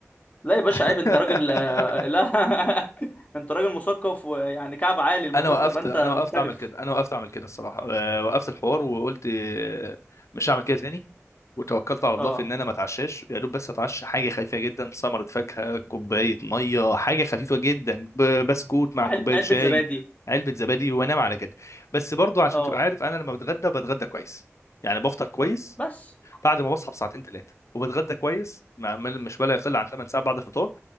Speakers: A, on the left; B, on the left.
A: لا يا باشا
B: <laughs>
A: عيب انت راجل آه، لا <laughs> انت راجل مثقف ويعني كعب عالي المفروض
B: انا وقفت
A: تبقى انت
B: انا وقفت
A: مختلف
B: اعمل كده انا وقفت اعمل كده الصراحه آه، وقفت الحوار وقلت آه، مش هعمل كده تاني وتوكلت على الله
A: اه
B: في ان انا ما اتعشاش يا دوب بس اتعشى حاجه خفيفه جدا ثمره فاكهه كوبايه ميه حاجه خفيفه جدا ب- بسكوت مع
A: علب
B: كوبايه
A: علبه
B: شاي
A: زبادي
B: علبه زبادي وانام على كده بس برضو عشان
A: اه
B: تبقى عارف انا لما بتغدى بتغدى كويس يعني بفطر كويس
A: بس
B: بعد ما بصحى بساعتين ثلاثه وبتغدى كويس مع- مش ولا يقل عن 8 ساعات بعد الفطار